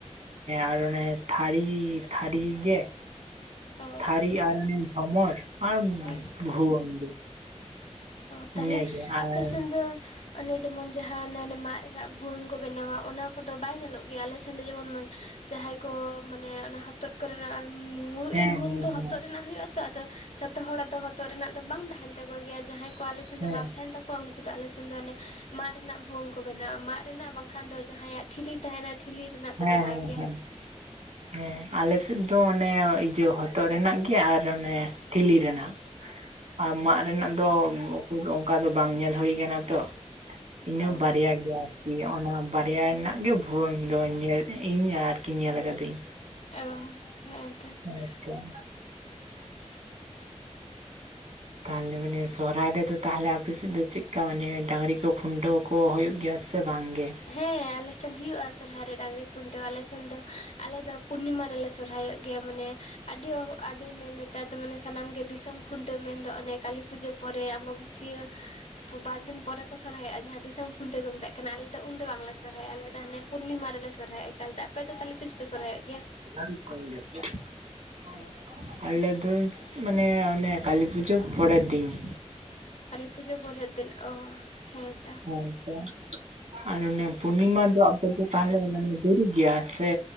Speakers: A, on the right; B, on the left.
A: ᱟᱨ ᱚᱱᱮ ᱛᱷᱟᱹᱨᱤ ᱛᱷᱟᱹᱨᱤ ᱜᱮ,
B: ᱚ
A: ᱛᱟᱹᱨᱤ ᱟᱨ ᱟᱱᱮ ᱡᱚᱢᱚᱨ ᱟᱨ
B: ᱦᱩᱸ᱾
A: ᱵᱷᱩᱣᱟᱹᱝ ᱜᱮ᱾
B: ᱚᱸ ᱛᱟᱦᱚᱞᱮ
A: ᱤᱱᱟᱹᱜᱮ ᱟᱨ
B: ᱟᱯᱮ ᱥᱮᱱ ᱫᱚ ᱚᱱᱮ ᱡᱮᱢᱚᱱ ᱡᱟᱦᱟᱸ ᱚᱱᱮ ᱦᱟᱱᱮ ᱢᱟᱫ ᱨᱮᱱᱟᱜ ᱵᱷᱩᱣᱟᱹᱝ ᱠᱚ ᱵᱮᱱᱟᱣᱟ ᱚᱱᱟ ᱠᱚᱫᱚ ᱵᱟᱭ ᱧᱮᱞᱚᱜ ᱜᱮᱭᱟ ᱟᱞᱮ ᱥᱮᱱ ᱫᱚ ᱡᱮᱢᱚᱱ ᱡᱟᱦᱟᱸᱭ ᱠᱚ ᱢᱟᱱᱮ ᱚᱱᱟ ᱦᱚᱛᱚᱫ ᱠᱚᱨᱮᱱᱟᱜ ᱢᱩᱲᱩᱫ
A: ᱦᱮᱸ
B: ᱨᱮ ᱵᱷᱩᱣᱟᱹᱝ
A: ᱦᱮᱸ ᱦᱮᱸ
B: ᱫᱚ ᱦᱚᱛᱚᱫ ᱨᱮᱱᱟᱜ ᱦᱩᱭᱩᱜ-ᱟ ᱛᱚ ᱟᱫᱚ ᱡᱷᱚᱛᱚ ᱦᱚᱲᱟᱜ ᱫᱚ ᱦᱚᱛᱚᱫ ᱨᱮᱱᱟᱜ ᱫᱚ ᱵᱟᱝ ᱛᱟᱦᱮᱱ ᱛᱟᱠᱚ ᱜᱮᱭᱟ ᱡᱟᱦᱟᱸᱭ ᱠᱚ ᱟᱞᱮ ᱥᱮᱱ
A: ᱦᱮᱸ
B: ᱫᱚ ᱵᱟᱝ ᱛᱟᱦᱮᱱ ᱛᱟ ᱠᱚᱣᱟ ᱩᱱᱠᱩ ᱫᱚ ᱟᱞᱮ ᱥᱮᱱ ᱫᱚ ᱚᱱᱮ ᱢᱟᱫ ᱨᱮᱱᱟᱜ ᱵᱷᱩᱣᱟᱹᱝ ᱠᱚ ᱵᱮᱱᱟᱣᱟ, ᱢᱟᱫ ᱨᱮᱱᱟᱜ ᱵᱟᱝᱠᱷᱟᱱ ᱫᱚ ᱡᱟᱦᱟᱸᱭᱟᱜ ᱴᱷᱤᱞᱤ ᱛᱟᱦᱮᱱᱟ ᱠᱷᱤᱞᱤ ᱨᱮᱱᱟᱜ ᱠᱚ
A: ᱦᱮᱸ
B: ᱵᱮᱱᱟᱣ
A: ᱦᱮᱸ ᱦᱮᱸ᱾
B: <inaudible>
A: ᱦᱮᱸ ᱟᱞᱮ ᱥᱮᱫ ᱫᱚ ᱚᱱᱮ ᱤᱭᱟᱹ ᱦᱚᱛᱚᱫ ᱨᱮᱱᱟᱜ ᱜᱮ ᱟᱨ ᱚᱱᱮ ᱴᱷᱤᱞᱤ ᱨᱮᱱᱟᱜ᱾ ᱟᱨ ᱢᱟᱫ ᱨᱮᱱᱟᱜ ᱫᱚ ᱩᱠᱩᱨ ᱚᱱᱠᱟ ᱫᱚ ᱵᱟᱝ ᱧᱮᱞ ᱦᱩᱭ ᱠᱟᱱᱟ ᱛᱚ᱾ ᱤᱱᱟᱹ
B: ᱚ
A: ᱵᱟᱨᱭᱟ ᱜᱮᱭᱟ ᱟᱨᱠᱤ ᱚᱱᱟ ᱵᱟᱨᱭᱟ ᱨᱮᱱᱟᱜ ᱜᱮ ᱵᱷᱩᱣᱟᱹᱝ ᱫᱚ ᱧᱮᱞ ᱤᱧ ᱟᱨᱠᱤ ᱧᱮᱞ ᱟᱠᱟᱫᱟᱹᱧ᱾
B: ᱚ ᱦᱮᱸ ᱛᱚ᱾
A: ᱦᱳᱭ ᱛᱚ᱾
B: <inaudible>
A: ᱛᱟᱦᱚᱞᱮ ᱢᱟᱱᱮ ᱥᱚᱦᱨᱟᱭ ᱨᱮᱫᱚ ᱛᱟᱦᱞᱮ ᱟᱯᱮ ᱥᱮᱫ ᱫᱚ ᱪᱮᱫᱠᱟ ᱢᱟᱱᱮ ᱰᱟᱝᱨᱤ ᱠᱚ ᱠᱷᱩᱱᱴᱟᱹᱣ ᱠᱚ ᱦᱩᱭᱩᱜ ᱜᱮᱭᱟ ᱥᱮ ᱵᱟᱝ ᱜᱮ?
B: ᱦᱮᱸ ᱟᱞᱮ ᱥᱮᱱ ᱦᱩᱭᱩᱜᱼᱟ ᱥᱚᱨᱦᱟᱭ ᱨᱮ ᱰᱟᱝᱨᱤ ᱠᱷᱩᱱᱴᱟᱹᱣ ᱟᱞᱮ ᱥᱮᱱ ᱫᱚ, ᱟᱞᱮ ᱫᱚ ᱯᱩᱨᱱᱤᱢᱟ ᱨᱮᱞᱮ ᱥᱚᱦᱨᱟᱭᱚᱜ ᱜᱮᱭᱟ ᱢᱟᱱᱮ ᱟᱹᱰᱤ ᱚ ᱟᱹᱰᱤ ᱱᱮᱛᱟᱨ ᱫᱚ ᱢᱟᱱᱮ ᱥᱟᱱᱟᱢ ᱜᱮ ᱫᱤᱥᱚᱢ ᱠᱷᱩᱱᱴᱟᱹᱣ ᱢᱮᱱᱫᱚ ᱚᱱᱮ ᱠᱟᱹᱞᱤ ᱯᱩᱡᱟᱹ ᱯᱚᱨᱮ ᱟᱢᱵᱟ ᱵᱟᱹᱥᱭᱟᱹ ᱯᱚ ᱵᱟᱨ ᱫᱤᱱ ᱯᱚᱨᱮ ᱠᱚ ᱥᱚᱨᱦᱟᱭᱚᱜᱼᱟ ᱡᱟᱦᱟᱸ ᱫᱤᱥᱚᱢ ᱠᱷᱩᱱᱴᱟᱹᱣ ᱠᱚ ᱢᱮᱛᱟᱜ ᱠᱟᱱᱟ, ᱟᱞᱮ ᱟᱫᱚ ᱩᱱ ᱫᱚ ᱵᱟᱝᱞᱮ ᱥᱚᱨᱦᱟᱭᱚᱜ ᱟᱞᱮ ᱫᱚ ᱦᱟᱱᱮ ᱯᱩᱨᱱᱤᱢᱟ ᱨᱮ ᱥᱚᱨᱦᱟᱭᱚᱜᱼᱟ ᱾ ᱛᱟᱦᱚᱞᱮ ᱟᱯᱮ ᱫᱚ ᱛᱟᱦᱚᱞᱮ ᱛᱤᱥ ᱯᱮ ᱥᱚᱨᱦᱟᱭᱚᱜ ᱜᱮᱭᱟ?
A: ᱜᱟᱹᱲᱤ ᱠᱚᱧ ᱡᱩᱛ ᱜᱮᱭᱟ ᱾ ᱟᱞᱮ ᱫᱚ ᱢᱟᱱᱮ ᱚᱱᱮ ᱠᱟᱹᱞᱤ ᱯᱩᱡᱟᱹ ᱯᱚᱨᱮ ᱫᱤᱱ ᱾
B: ᱠᱟᱹᱞᱤ ᱯᱩᱡᱟᱹ ᱵᱚᱨᱮ ᱫᱤᱱ ᱚ ᱦᱮᱸ ᱛᱚ ᱾
A: ᱦᱚᱭ ᱛᱚ ᱾ ᱟᱨ ᱚᱱᱮ ᱯᱩᱨᱱᱤᱢᱟ ᱫᱚ ᱟᱯᱮ ᱫᱚ ᱛᱟᱦᱚᱞᱮ ᱫᱩᱨᱩ ᱜᱮᱭᱟ ᱥᱮ